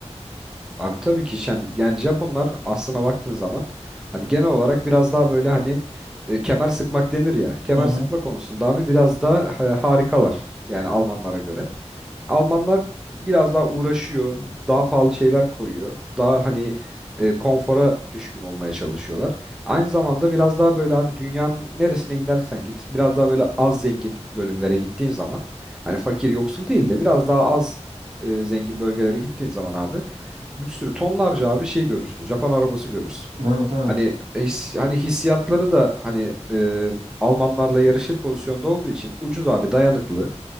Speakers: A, in the centre; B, on the right (about 60°).
A: Abi tabii ki şem, yani Japonlar aslına baktığın zaman hani genel olarak biraz daha böyle hani e, kemer sıkmak denir ya. Kemer
B: Hı hı.
A: sıkma konusunda abi biraz daha ha- harikalar yani Almanlara göre. Almanlar biraz daha uğraşıyor, daha pahalı şeyler koyuyor. Daha hani e, konfora düşkün olmaya çalışıyorlar. Aynı zamanda biraz daha böyle abi dünyanın neresine gidersen git, biraz daha böyle az zengin bölümlere gittiğin zaman hani fakir yoksul değil de biraz daha az e, zengin bölgelere gittiğin zaman abi bir sürü tonlarca abi şey görürsün. Japon arabası görürsün.
B: Evet evet.
A: Hani his- hani hissiyatları da hani e, Almanlarla yarışır pozisyonda olduğu için ucuz abi dayanıklı.